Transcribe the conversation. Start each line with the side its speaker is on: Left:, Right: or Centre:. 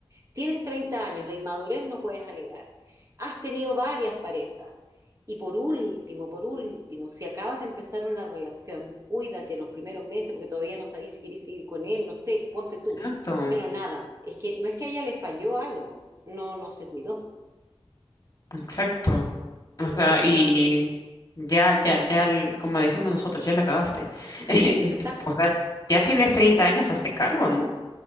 Right: Tienes 30 años de inmadurez, no puedes alegar. Has tenido varias parejas. Y por último, por último, si acabas de empezar una relación, cuídate los primeros meses porque todavía no sabéis si querés seguir con él, no sé, ponte tú.
Left: Exacto,
Right: Pero nada, es que no es que a ella le falló algo, no, no se cuidó.
Left: exacto.
Right: Entonces,
Left: O sea,
Right: como
Left: y
Right: que,
Left: ya, ya, ya, el- como decimos nosotros, ya la cagaste. <laughs>
Right: exacto,
Left: O sea, ya tienes 30 años, hazte cargo, ¿no?